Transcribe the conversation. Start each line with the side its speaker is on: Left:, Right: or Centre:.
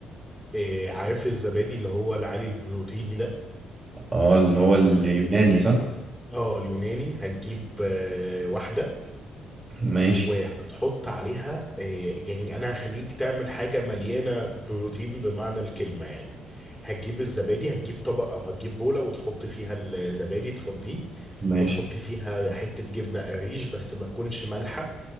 Centre: إيه عارف الزبادي اللي هو العالي البروتين ده
Right: اه اللي هو اليوناني صح
Centre: اه اليوناني هتجيب آه، واحدة
Right: ماشي
Centre: وهتحط عليها آه، يعني انا هخليك تعمل حاجه مليانه بروتين بمعنى الكلمه يعني هتجيب الزبادي هتجيب طبق او هتجيب بوله وتحط فيها الزبادي تفضيه
Right: ماشي
Centre: وتحط فيها حته جبنه قريش بس ما تكونش مالحه